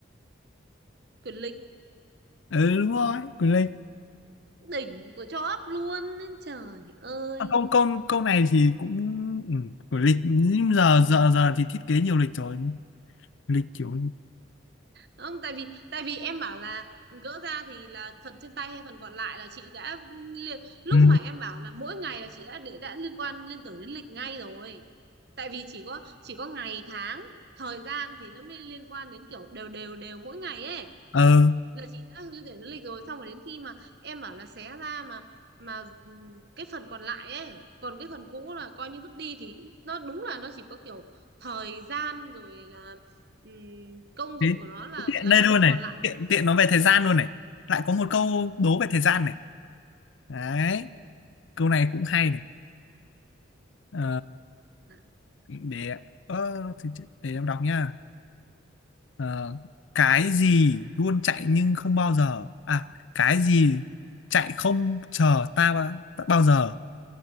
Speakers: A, on the right; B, on the left.
A: quyền lực
B: ừ đúng rồi của lịch
A: đỉnh của cho ấp luôn trời ơi
B: à, câu câu câu này thì cũng ừ, của lịch nhưng giờ giờ giờ thì thiết kế nhiều lịch rồi lịch kiểu
A: không tại vì tại vì em bảo là gỡ ra thì là phần trên tay hay phần còn lại là chị đã liên, lúc
B: ừ.
A: mà em bảo là mỗi ngày là chị đã để đã liên quan liên tưởng đến lịch ngay rồi tại vì chỉ có chỉ có ngày tháng thời gian thì nó mới liên quan đến kiểu đều đều đều mỗi ngày ấy
B: ờ
A: là chị đã liên tưởng đến lịch rồi xong rồi đến khi mà em bảo là xé ra mà mà ừm, cái phần còn lại ấy còn cái phần cũ là coi như vứt đi thì nó đúng là nó chỉ có kiểu thời gian rồi là Ừm, công
B: thế
A: dụng của nó là
B: thế tiện
A: là
B: đây
A: cái
B: luôn
A: phần
B: này
A: còn lại
B: tiện tiện nói về thời gian luôn này lại có một câu đố về thời gian này đấy câu này cũng hay này Ờ,
A: Hả?
B: để ờ, thì, chị- để em đọc nha Ờ, cái gì luôn chạy nhưng không bao giờ à cái gì chạy không chờ ta ba- ta bao giờ